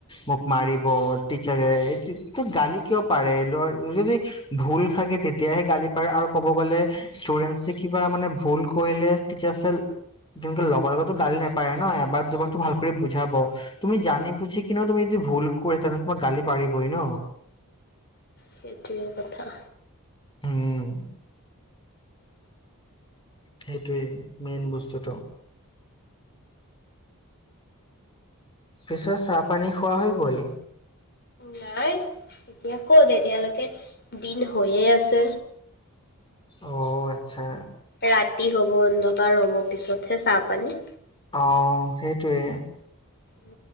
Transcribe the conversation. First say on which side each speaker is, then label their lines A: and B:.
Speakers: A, on the left; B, on the left.
A: মোক মাৰিব টিচাৰে হেটোট গালি কিয় পাৰে যদি ভুল থাকে তেতিয়াহে গালি পাৰে আৰু ক'ব গ'লে ষ্টুডেন্ট কিবা মানে ভুল কৰিলে টিচাৰ চেল তেনে লগৰ লগতো গালি নাপাৰে ন এবাৰ দুবাৰতো ভাল কৰি বুজাব তুমি জানি বুজি কিনিও তুমি য ভুল কৰি তেনে তোমাক গালি পাৰিবই ন
B: সেইটোৱে কথা
A: উম সেইটোৱেই মেইন বস্তুটো পিছে চাহপানী খোৱা হৈ গ'ল
B: নাই এতিয়া ক'ত এতিয়ালৈকে দিন হৈয়ে আছে
A: অ আচ্ছা
B: ৰাতি হব অন্ধকাৰ হ'ব পিছতহে চাহ পানী
A: আউ সেইটোৱে
B: উ